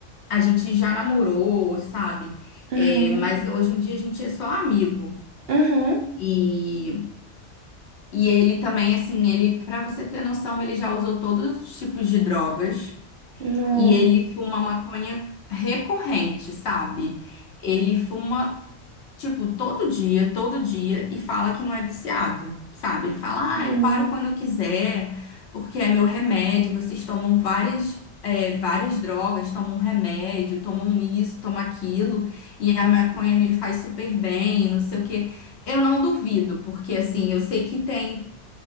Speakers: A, on the left (about 65°); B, on the right (about 60°).
A: A gente já namorou, sabe?
B: Uhum.
A: É, mas hoje em dia a gente é só amigo.
B: Uhum.
A: E, e ele também, assim, ele, para você ter noção, ele já usou todos os tipos de drogas
B: Não.
A: e ele fuma maconha recorrente, sabe? Ele fuma tipo, todo dia, todo dia, e fala que não é viciado, sabe? Ele fala,
B: Uhum.
A: ah, eu paro quando eu quiser, porque é meu remédio, vocês tomam várias. é, várias drogas, tomam remédio, tomam isso, tomam aquilo, e a maconha me faz super bem, não sei o quê. Eu não duvido, porque assim, eu sei que tem,